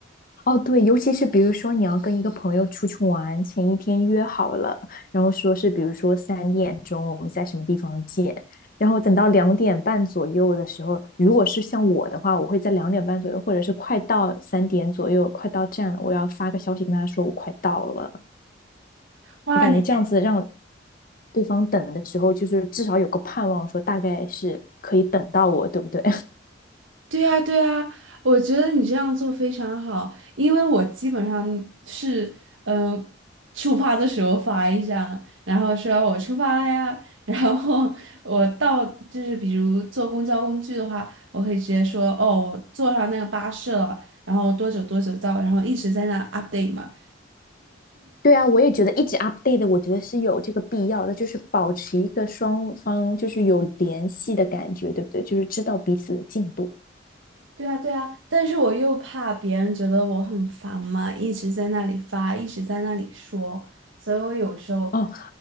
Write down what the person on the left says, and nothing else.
哦，对，尤其是比如说你要跟一个朋友出去玩，前一天约好了，然后说是比如说三点钟我们在什么地方见，然后等到两点半左右的时候，如果是像我的话，我会在两点半左右，或者是快到三点左右，快到站了，我要发个消息跟他说我快到了。
我感觉这样子让
对方等的时候，就是至少有个盼望，说大概是可以等到我，对不对？
对啊，我也觉得一直 update 的，我觉得是有这个必要的，就是保持一个双方就是有联系的感觉，对不对？就是知道彼此的进度。
哦，